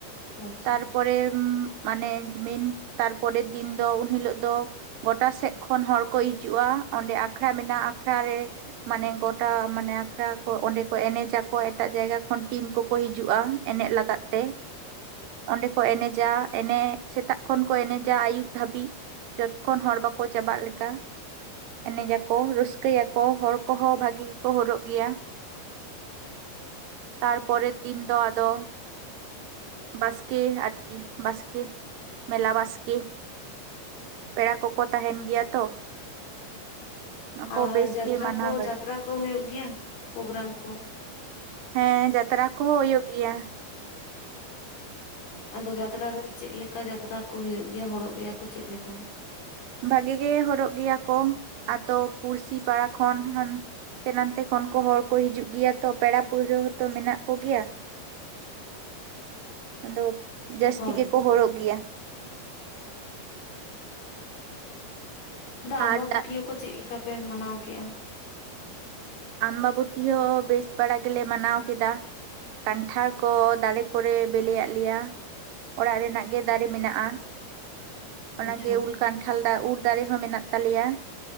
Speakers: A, on the left (about 70°); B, on the right (about 80°).
A: ᱟᱪᱪᱷᱟ
B: ᱛᱟᱨᱯᱚᱨᱮ ᱢᱟᱱᱮ ᱢᱮᱱ ᱛᱟᱨᱯᱚᱨᱮᱨ ᱫᱤᱱ ᱫᱚ ᱩᱱᱦᱤᱞᱚᱜ ᱫᱚ᱾ ᱜᱚᱴᱟ ᱥᱮᱫ ᱠᱷᱚᱱ ᱦᱚᱲᱠᱚ ᱦᱤᱡᱩᱜᱼᱟ ᱚᱸᱰᱮ ᱟᱠᱷᱲᱟ ᱢᱮᱱᱟᱜᱼᱟ ᱟᱠᱷᱲᱟ ᱨᱮᱼᱼ ᱢᱟᱱᱮ ᱜᱚᱴᱟ ᱢᱟᱱᱮ ᱟᱠᱷᱲᱟ ᱠᱚ ᱚᱸᱰᱮ ᱠᱚ ᱮᱱᱮᱡ ᱟᱠᱚ ᱮᱴᱟᱜ ᱡᱟᱭᱜᱟ ᱠᱷᱚᱱ ᱴᱤᱢ ᱠᱚᱠᱚ ᱦᱤᱡᱩᱜᱼᱟ᱾ ᱮᱱᱮᱡ ᱞᱟᱜᱟᱫ ᱛᱮ, ᱚᱸᱰᱮ ᱠᱚ ᱮᱱᱮᱡᱟ ᱮᱱᱮᱡ ᱥᱮᱛᱟᱜ ᱠᱷᱚᱱ ᱠᱚ ᱮᱱᱮᱡᱟ ᱟᱹᱭᱩᱵ ᱫᱷᱟᱹᱵᱤᱡ ᱡᱚᱛ ᱠᱷᱚᱱ ᱦᱚᱲ ᱵᱟᱠᱚ ᱪᱟᱵᱟᱜ ᱞᱮᱠᱟ᱾ ᱮᱱᱮᱡ ᱟᱠᱠᱚ ᱨᱟᱹᱥᱠᱟᱹᱭᱟᱠᱚ ᱦᱚᱲ ᱠᱚᱦᱚᱸ ᱵᱷᱟᱜᱤ ᱜᱮᱠᱚ ᱦᱚᱨᱚᱜ ᱜᱮᱭᱟ᱾ ᱛᱟᱨᱯᱚᱨᱮᱨ ᱫᱤᱱ ᱫᱚ ᱟᱫᱚ, ᱵᱟᱥᱠᱮ ᱟᱨᱠᱤ ᱵᱟᱥᱠᱮ ᱢᱮᱞᱟ ᱵᱟᱥᱠᱮᱼᱼ ᱯᱮᱲᱟ ᱠᱚᱠᱚ ᱛᱟᱦᱮᱱ ᱜᱮᱭᱟ ᱛᱚ᱾ ᱚᱱᱟ ᱠᱚ
A: ᱟᱨ
B: ᱵᱮᱥ
A: ᱡᱟᱛᱨᱟ
B: ᱜᱮ ᱢᱟᱱᱟᱣ
A: ᱠᱚ
B: ᱫᱟᱲᱮᱭᱟᱜᱼᱟ
A: ᱡᱟᱛᱨᱟ ᱠᱚ ᱦᱩᱭᱩᱜ ᱜᱮᱭᱟ ᱯᱨᱳᱜᱜᱨᱟᱢ ᱠᱚ?
B: ᱦᱮᱸ ᱡᱟᱛᱨᱟ ᱠᱚᱦᱚᱸ ᱦᱩᱭᱩᱜ ᱜᱮᱭᱟ᱾
A: ᱟᱫᱚ ᱡᱟᱛᱨᱟ ᱨᱮ ᱪᱮᱫ ᱞᱮᱠᱟ ᱡᱟᱛᱨᱟ ᱠᱚ ᱦᱩᱭᱩᱜ ᱜᱮᱭᱟ ᱦᱚᱨᱚᱜ ᱜᱮᱭᱟ ᱠᱚ ᱪᱮᱫ ᱞᱮᱠᱟ?
B: ᱵᱷᱟᱜᱤ ᱜᱮ ᱦᱚᱲᱚᱜ ᱜᱮᱭᱟ ᱠᱚ ᱟᱹᱛᱩ ᱯᱩᱲᱥᱤ ᱯᱟᱲᱟ ᱠᱷᱚᱱ ᱦᱟᱱᱼᱼ ᱛᱮ ᱱᱟᱛᱮ ᱠᱷᱚᱱ ᱠᱚ ᱦᱚᱲ ᱠᱚ ᱦᱤᱡᱩᱜ ᱜᱮᱭᱟ ᱛᱚ ᱯᱮᱲᱟ ᱯᱟᱹᱲᱦᱟᱹ ᱛᱚ ᱢᱮᱱᱟᱜ ᱠᱚᱜᱮᱭᱟ᱾ ᱟᱫᱚ ᱡᱟᱹᱥᱛᱤ
A: ᱦᱳᱭ
B: ᱜᱮᱠᱚ ᱦᱚᱜ ᱜᱮᱭᱟ᱾
A: ᱟᱫᱚ ᱟᱢᱵᱟᱵᱟᱹᱛᱭᱟᱹ
B: ᱟᱨ
A: ᱠᱚ ᱪᱮᱫ ᱞᱮᱠᱟ ᱯᱮ ᱢᱟᱱᱟᱣ ᱠᱮᱜᱼᱟ?
B: ᱟᱢᱵᱟᱵᱚᱛᱤ ᱦᱚᱸ ᱵᱮᱥ ᱵᱟᱲᱟ ᱜᱮᱞᱮ ᱢᱟᱱᱟᱣ ᱠᱮᱫᱟ᱾ ᱠᱟᱱᱴᱷᱟᱲ ᱠᱚ ᱫᱟᱨᱮ ᱠᱚᱨᱮ ᱵᱮᱞᱮ ᱟᱫ ᱞᱮᱭᱟ᱾ ᱚᱲᱟᱜ ᱨᱮᱱᱟᱜ ᱜᱮ ᱫᱟᱨᱮ ᱢᱮᱱᱟᱜᱼᱟ᱾ ᱚᱱᱟᱜᱮ
A: ᱟᱪᱪᱷᱟ
B: ᱩᱞ ᱠᱟᱱᱴᱷᱟᱲ ᱫᱚ ᱩᱞ ᱫᱟᱨᱮ ᱦᱚᱸ ᱢᱮᱱᱟᱜ ᱛᱟᱞᱮᱭᱟ